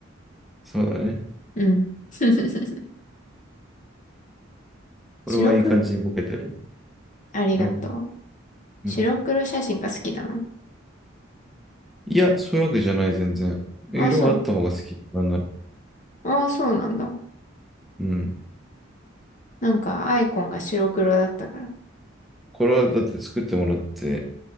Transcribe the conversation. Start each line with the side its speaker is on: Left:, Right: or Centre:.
Centre: そうだね。
Left: うん。<laughs> 白黒
Centre: これはいい感じにボケてる。
Left: ありがとう。
Centre: うん。うん。
Left: 白黒写真が好きなの
Centre: いや、そういうわけじゃない、全然。色はあった方が好きだなんなら。
Left: あ、そう。あそうなんだ。
Centre: うん。
Left: なんか、アイコンが白黒だったから。
Centre: これはだって作ってもらって、